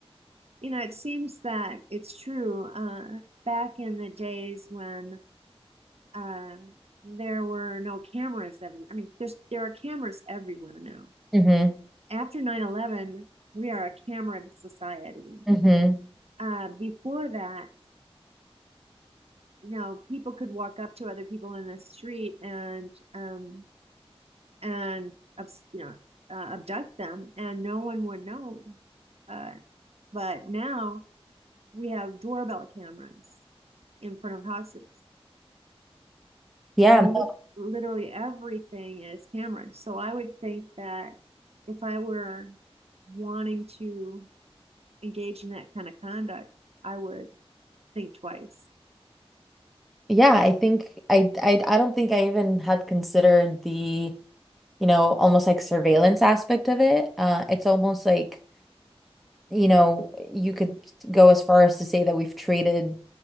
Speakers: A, on the right (about 75°); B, in the centre.
A: You know, it seems that it's true. Uh, back in the days when uh, there were no cameras every i mean there's there are cameras everywhere now
B: hmm
A: after nine eleven, we are a camera society
B: hmm
A: uh, before that you know people could walk up to other people in the street and um and you know uh, abduct them and no one would know uh, but now we have doorbell cameras in front of houses
B: Yeah.
A: and
B: no-
A: lit literally everything is Cameron. So I would think that if I were wanting to engage in that kind of conduct, I would think twice.
B: Yeah, I think I I I don't think I even had considered the you know, almost like surveillance aspect of it. Uh, it's almost like, you know, you could go as far as to say that we've traded